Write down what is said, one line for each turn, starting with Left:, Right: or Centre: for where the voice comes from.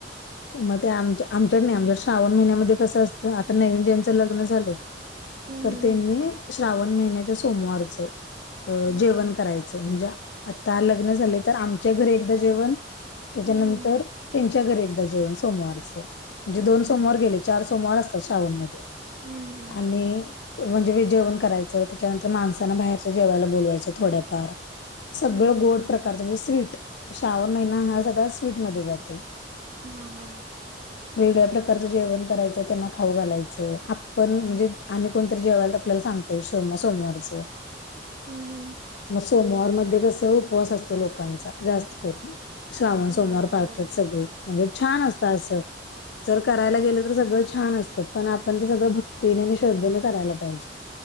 Left: मग ते आम आमच्या नाही आमच्या श्रावण महिन्यामध्ये कसं असतं आता नवीन ज्यांचं लग्न झालंय.
Right: हं,
Left: तर
Right: हं.
Left: त्यांनी श्रावण महिन्याच्या सोमवारचं. अ
Right: हां.
Left: जेवण करायचं म्हणजे आता लग्न झाले तर आम ''--'' च्या घरी एकदा जेवण त्याच्यानंतर
Right: हं, हं.
Left: त्यांच्या घर एकदा जेवण सोमवारचं. म्हणजे दोन
Right: अच्छा.
Left: सोमवार गेले चार सोमवार असतात श्रावण मध्ये
Right: हम्म हम्म.
Left: आणि. ते म्हणजे जेवण करायचं त्याच्यानंतर माणसाांना बाहेरच्या जेवायला बोलवायचं थोड्याफार. सगळं
Right: हम्म हम्म.
Left: गोड प्रकारचं म्हणजे स्वीट श्रावण महिना हा सगळा स्वीट मध्ये जातोय.
Right: हा हा,
Left: वेगळ्या प्रकारचं जेवण करायचं त्यांना खाऊ घालायचं आपण म्हणजे आणि कोणतरी जेवायला आपल्याला सांग ''--'' ते सोमा सोमवारचं.
Right: हम्म हम्म,
Left: मग सोमवार मध्ये कस उपवास असतो लोकांचा जास्त करून. श्रावण
Right: हो
Left: सोमवार
Right: बरोबर.
Left: पाळतात सगळे म्हणजे छान असतात असं. जर करायला गेलं तर सगळं छान असतात पण आपण ते सगळं भक्तीने आणि श्रद्धेने करायला पाहिजे.